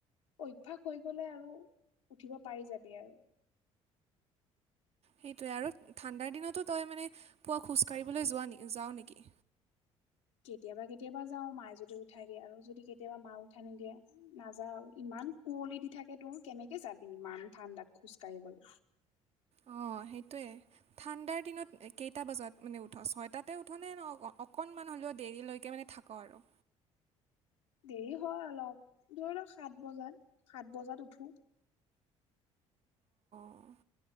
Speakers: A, on the left (about 70°); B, on the right (about 40°).
A: অভ্যাস হৈ গলে আৰু উঠিব পাৰি যাবি আৰু।
B: সেইটোৱে আৰু ঠাণ্ডাৰ দিনতো তই মানে পুৱা খোজ কাঢ়িবলৈ যোৱা নে যাওঁ নেকি?
A: কেতিয়াবা কেতিয়াবা যাও মায়ে যদি উঠাই দিয়ে আৰু যদি কেতিয়াবা মা উঠাই নিদিয়ে নাযাও, ইমান কুঁৱলি দি থাকে তোৰ কেনেকে যাবি ইমান ঠাণ্ডাত খোজ কাঢ়িবলে?
B: অ' সেইটোৱে ঠাণ্ডাৰ দিনত এ কেইটা বজাত মানে উঠ ছয়টাতে উঠ নে ন' অক অকণমান হ'লেও দেৰিলৈকে মানে থাক আৰু?
A: দেৰি হয় অলপ, ধৰি লওক সাত বজাত, সাত বজাত উঠো।
B: অ'।